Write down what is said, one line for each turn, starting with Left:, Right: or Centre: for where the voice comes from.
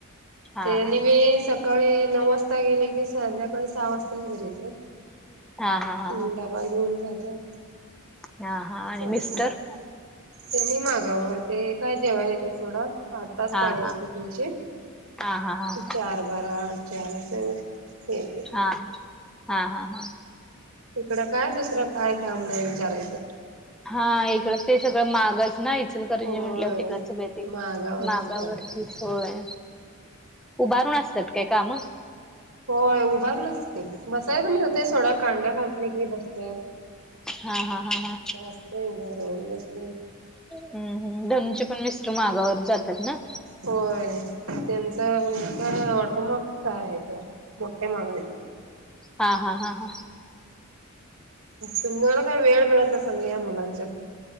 Centre: हा
Right: त्यानी
Centre: हा हा
Right: मी सकाळी नऊ वाजता गेले की संध्याकाळी सहा वाजताच घरी येतात.
Centre: हा हा हा
Right: हम्
Centre: हा
Right: डबा घेऊन जातात.
Centre: हा हा आणि
Right: चालतंय
Centre: मिस्टर?
Right: त्यांनी मागावर, ते काय जेवायला येतात. थोडा, आठ तास
Centre: हा
Right: पाळी
Centre: हा
Right: असते तुमची?
Centre: हा हा हा हा
Right: चार बारा आठ चार अस एके
Centre: हा हा हा हा
Right: इकड काय, दुसरं काय काम नाही विचारायचं.
Centre: हा.. इकडं ते सगळं मागच नाही, इचलकरंजी
Right: होय.
Centre: म्हंटल्यावर तिकडे सगळं ते
Right: मागावरच
Centre: मागावरतीच
Right: काम
Centre: होय. उभारून असतात काय काम
Right: होय.. उभारलं? बसायला मिळतंय सोडा, कांडा घातले कि बसतत.
Centre: हा हा हा हा
Right: आस्तय उभा राहून बसरून
Centre: हम्म हम. धनुचे पण मिस्टर मागावर जातात ना.
Right: होय. त्यांचा <unintelligible> ऑटोमाग काय आहे मोठ्ठ्या मागा ए
Centre: हा हा हा हा.
Right: तुम्हाला काय वेळ मिळत नसल या मुलांच्या